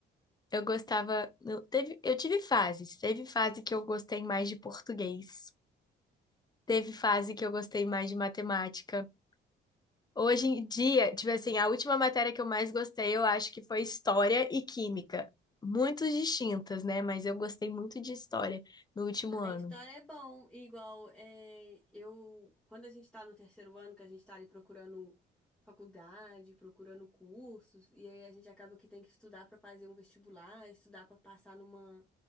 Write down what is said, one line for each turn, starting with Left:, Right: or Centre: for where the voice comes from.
Left: Eu gostava. Eu, teve, eu tive fases. Teve fase que eu gostei mais de português, teve fase que eu gostei mais de matemática. Hoje em dia, tipo assim, a última matéria que eu mais gostei, eu acho que foi História e Química. Muito distintas, né? Mas eu gostei muito de História no último ano.
Centre: A história é bom, igual é, eu quando a gente tá no terceiro ano, que a gente tá ali procurando faculdade, procurando cursos, e aí a gente acaba que tem que estudar pra fazer um vestibular, estudar pra passar numa